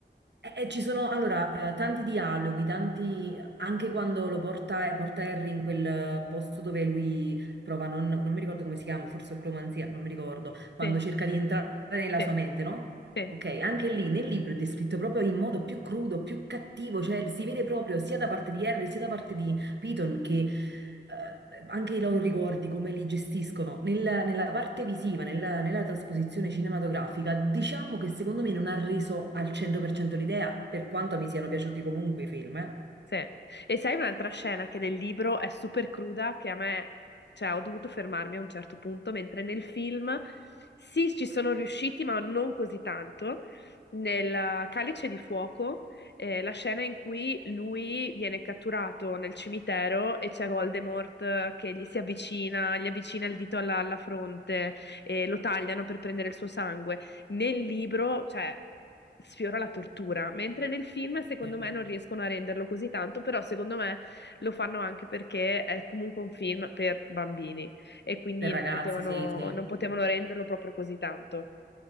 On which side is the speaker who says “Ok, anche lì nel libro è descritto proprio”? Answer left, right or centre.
Right